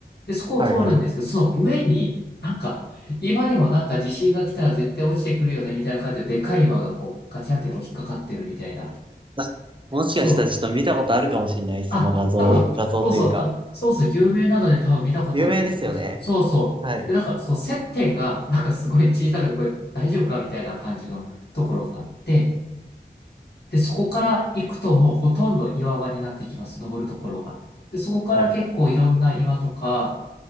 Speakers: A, on the left (about 80°); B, on the right (about 30°).
A: で、そこを通るんですけど、
B: はいはい。
A: その上に、なんか、岩にもなんか地震が来たら絶対落ちてくるよね、みたいな感じで、でかい岩がこう、ガチャってこう引っかかってるみたいな。
B: あもしかしたらちょっと見たことあるかもしれない。
A: そう
B: その画像、
A: あ、多分、
B: 画像というか。
A: そうそう、あ、そうそう、有名なので多分見たことあると思います。
B: 有名ですよね。
A: そうそう。
B: はい。
A: で、なんか、そう、接点が、なんかすごい小さくて、これ大丈夫かみたいな感じのところがあって、で、そこから行くともうほとんど岩場になってきます、登るところが。で、そこから結構いろんな岩とか
B: はいは